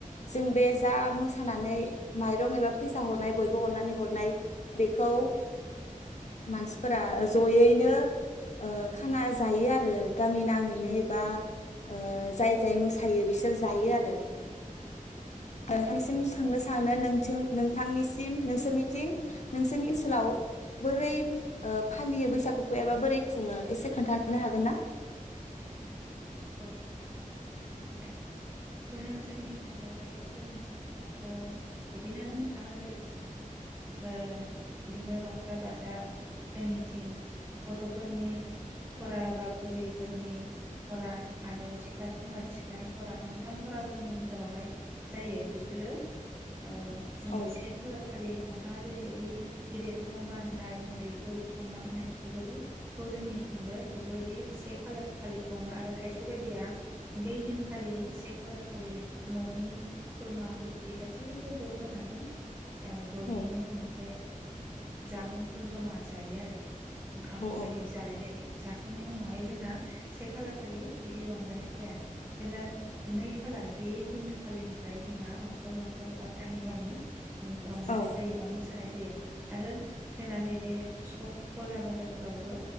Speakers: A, on the left; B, on the right.
A: जों बे जा मोसा माइरं एबा फैसा हरनाय बयबो अननानै हरनाय बेखौ मानसिफोरा जयैनो ओ खाना जायो आरो गामि नाङैनो एबा ओ जाय जाय मोसायो बिसोर जायो आरो नोंथांनिसिम सोंनो सानो नोंथिं नोंथांनिसिम नोंसोरनिथिं नोंसोरनि
B: औ
A: ओनसोलाव
B: दे
A: बोरै ओ फालियो बैसागु फैयाबा बोरै खुङो एसे खोन्थानो हागोन ना?
B: औ औ खिनथानो हागोन दे जोंनि ओनसोलावहाय बुंनो थाङोब्लाथ बिदिनो नोंथाङा जेरै खोन्थादों ओ बिदिनो रंजा बाजा जोंनिथिं गथ फोरनि फरा बा बुरैफोरनि थरा आरो सिख्ला सेंग्रा सिख्लानि थरा मोनथाम थरा जोंनि ओनसोलावहाय जायो बिसोरो ओ जोंनि
A: औ
B: से खालार खालि नोंथाङा जेरैबायदि गिदिर खौ मान होनाय उन्दै सनमान होनाय बेफोरबायदिखौ जोंनिथिंबो बेफोरबायदि से खालार खालि खुङो आरो खायसे बायदिया बै दिनखालि से खालार खालि न'नि खुरमा गुस्थि गासैबो ज जानानै ओ जयैनो
A: औ
B: मोनसे जामुंफोर जमा जायो आरो ओंखाम
A: औ
B: बिदि जालाय लायो जाखांनायनि उनावहाय जोंना से खालार खालि बिदि रंजानाय जाया एबा नै खालार बे दिन खालिनिफ्राय जोंहा न'खर न'खर बा गामि गामि ओम रंजानाय
A: औ
B: जायो बा मोसानाय जायो। आरो जोंना नैबे सब गला बाजारफोरावबो